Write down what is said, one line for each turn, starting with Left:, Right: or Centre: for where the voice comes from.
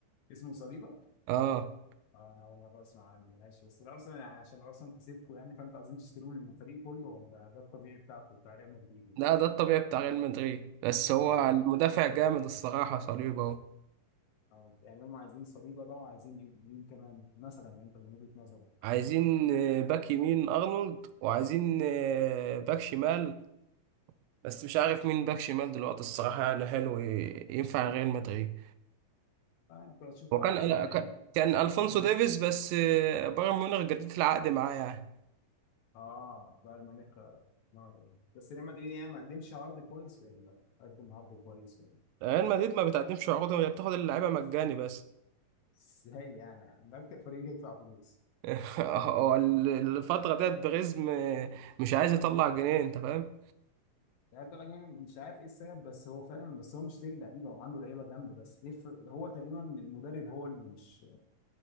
Left: اسمه صليبه
Right: اه
Left: اه انا اول مره اسمع عنه ماشي بس الارسنال يعني عشان ارسنال كسبكم يعني فانتوا عايزين تشتروا الفريق كله ولا ده الطبيعي بتاعكم بتاع ريال مدريد يعني
Right: لا ده الطبيعي بتاع ريال مدريد بس هو
Left: آه، إيه؟
Right: المدافع جامد الصراحة صليبا اهو
Left: آه، يعني هم عايزين صليبه بقى وعايزين إيه- مين كمان مثلا يعني انت من وجهه نظرك
Right: عايزين آه، باك يمين أرنولد وعايزين آه، باك شمال بس مش عارف مين باك شمال دلوقتي الصراحة يعني حلو ي- ينفع ريال مدريد
Left: فانتوا هتشوفوا
Right: وكان
Left: احسن لعيب
Right: كان كان ألفونسو
Left: مم.
Right: ديفيز بس آه، بايرن ميونخ جددت العقد معاه يعني
Left: اه بايرن ميونخ آه، آه. بس ريال مدريد يعني ما قدمش عرض كويس ولا قدم عرض كويس ولا
Right: ريال مدريد ما بتقدمش عروض هي بتاخد اللعيبة مجاني بس
Left: ازاي يعني ده اكتر فريق يدفع فلوس
Right: <laughs> هو ال- الفترة ديت بريزم آه، مش عايز يطلع جنيه انت فاهم
Left: مش عارف طلع جامد مش عارف ايه السبب بس هو فعلا بس هو مشتري لعيبه وعنده لعيبه جامده بس ليه ف- هو تقريبا المدرب هو اللي مش